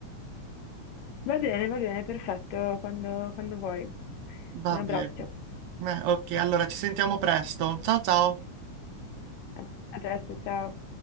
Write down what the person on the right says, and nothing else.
Va
bene. Beh, ok, allora ci sentiamo presto. Ciao ciao.